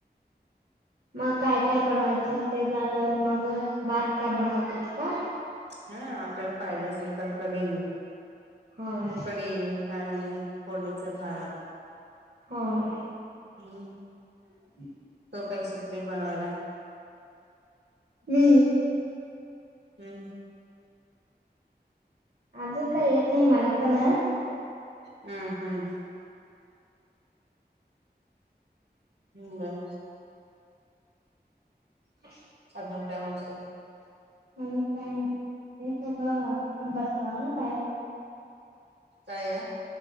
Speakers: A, on the right (about 65°); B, on the right (about 80°).
A: मग काय काय बनवायचं ते झालं मग भात का बनवते येत का
B: हा आपल्याला पाहिजे असेल तर कढी
A: होय
B: कढी आणि फोडणीचा भात
A: होय
B: हम्
A: <inaudible>
B: त काही शट <unintelligible> नाही बनवायला
A: मी
B: हम्म
A: अजून काय येत नाही मला पण
B: हम् हम्म हम्
A: ह <inaudible>
B: अजून काय म्हणजे
A: म्हजून <unintelligible> काय नाही तेचघं आम्ही पण बसत ना बाहेर
B: काय